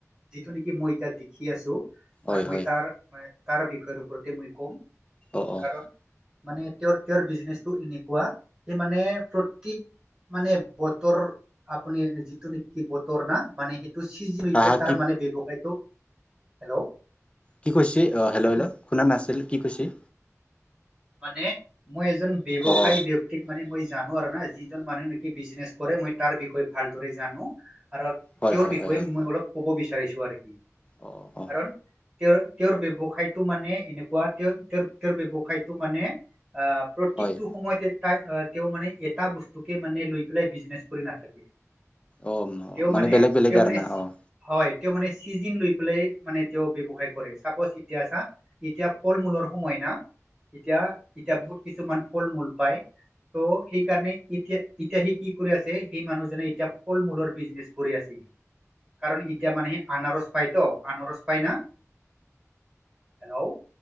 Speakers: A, on the right (about 30°); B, on the left (about 20°).
A: যিটো নেকি মই এটা দেখি আছো
B: হয়
A: আৰু মই
B: হয়
A: তাৰ তাৰ বিষয়ৰ ওপতে মই ক'ম।
B: অ-অ',
A: কাৰণ মানে তেওঁৰ তেওঁৰ বিজনেচটো এনেকুৱা স মানে প্ৰতক। মানে বতৰ আপুনি যিটো নেকি বতৰ। ৰ না মানে সেইটো চজমফ
B: হা হা
A: তাৰ
B: কি
A: মানে ব্যৱসায়টো হেল্ল'
B: কি কৈছে অ' হেল্ল'-হেল্ল'
A: আপুনি
B: শুনা নাছিল কি কৈচিল।
A: মানে মই এজন ব্যৱসায়ী
B: অ অ
A: ব্যয়ক্তিক মানে মই জানো আৰু ন যিজন মানুহ নেকি বিজনেছ কৰে মই তাৰ বিষয়ে ভালদৰে জানো। আৰু
B: হয়
A: তেওঁৰ
B: হয়
A: বিষয়ে
B: হয় হয়
A: মই অলপ ক'ব বিচাৰিছো আৰু কি
B: অ অ
A: কাৰণ। তেওঁৰ তেওঁৰ ব্যৱসায়টো মানে এনেকুৱা তেওঁ তেওঁৰ তেওঁৰ ব্যৱসায়টো মানে অ' প্ৰত্যেকটো
B: হয়
A: সময়তে এ তেওঁ মানে এটা বস্তুকে মানে লৈ পেলাই বিজনেচ কৰি নাথাকে।
B: অ'
A: তেওঁ
B: মানে বলেগ-বেলেগ
A: তেওঁ মানে
B: আৰু না
A: চি-
B: অ',
A: হয় তেওঁ মানে চিজিন লৈ পেলাই মানে তেওঁ ব্যৱসায় কৰে চাপজ। এতিয়াছা এতিয়া ফল মূলৰ সময় না এতিয়া এতিয়া ব কিছুমান ফল মূল পায় ত সেইকাৰনে এতিয়া। এতিয়া সি কি কৰি আছে সেই মানুহজনে এতিয়া ফল মূলৰ বিজনেচ কৰি আচি। কাৰণ এতিয়া মানুহে আনাৰস পায় ত আনাৰস পাই না হেল্ল'